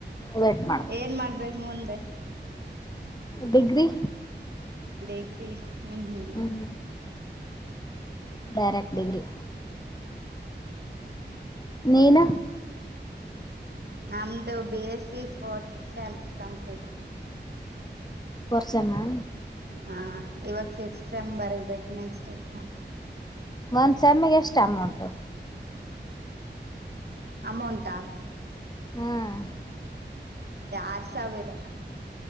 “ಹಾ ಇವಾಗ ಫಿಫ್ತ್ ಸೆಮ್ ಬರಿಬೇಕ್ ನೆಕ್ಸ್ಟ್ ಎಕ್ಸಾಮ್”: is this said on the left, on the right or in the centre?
Right